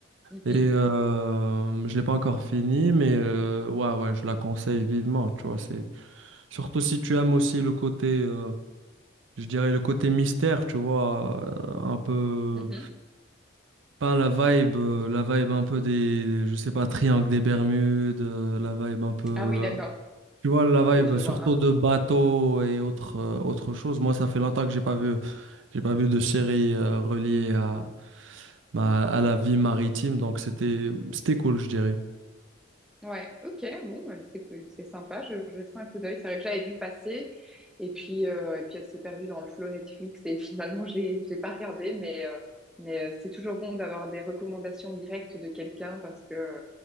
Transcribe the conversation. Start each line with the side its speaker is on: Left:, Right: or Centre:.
Centre: Mhm.
Right: Et euh, je l'ai pas encore fini, mais euh, ouais, ouais, je la conseille vivement. Tu vois, c'est surtout si tu aimes aussi le côté, euh, je dirais le côté mystère, tu vois, euh, un peu,
Centre: Mhm.
Right: pas la vibe, euh, la vibe un peu des, des- je sais pas, triangle des Bermudes, euh, la vibe un peu
Centre: Ah oui, d'accord.
Right: Tu vois, la vibe,
Centre: Oui, je vois.
Right: surtout
Centre: Ah
Right: de bateaux et autres, euh, autres choses. Moi, ça fait longtemps que j'ai pas vu, j'ai pas vu de série euh, reliée à, bah, à la vie maritime, donc c'était, c'était cool, je dirais.
Centre: Ouais, ok, bon, ouais, c'est c'est sympa, je, je jetterai un coup d'œil. C'est vrai que j'avais vu passer, et puis, euh, et puis elle s'est perdue dans le flow Netflix, et <laughs> finalement, je l'ai, je l'ai pas regardé, mais, euh, mais euh, c'est toujours bon d'avoir des recommandations directes de quelqu'un, parce que euh,